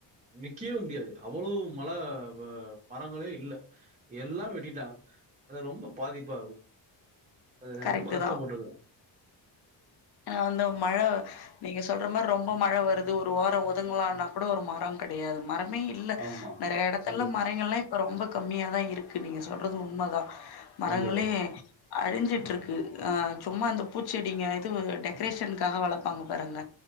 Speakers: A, on the right; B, on the left.
A: நிக்கவே முடியாது அவ்வளோ மழ வ மரங்களே இல்ல எல்லா வெட்டிட்டா அது ரொம்ப பாதிப்பாகு அது
B: கரெக்ட்டு
A: ரொம்ப கஷ்டப்பட்ருக்கு
B: ஏனா அந்த மழ நீங்க சொல்ற மாரி ரொம்ப மழ வருது ஒரு ஒரோ ஒதுங்கலாம்னா கூட ஒரு மர கடையாது மர மே இல்ல
A: ஆமா.
B: நெறைய எடத்துல
A: கண்டிப்பா,
B: மரங்கள்ல்லா இப் போ ரொம்ப கம்மியாதா இருக்கு நீங்க சொல்றது உண்மதா மரங்களே
A: கண்டிப்பா.
B: அழிஞ்சிட்டு இருக்கு ஆ சும்மா அந்த பூச்செடிங்க இது டெக்கரேஷனுக்காக வளப்பங்க பாருங்க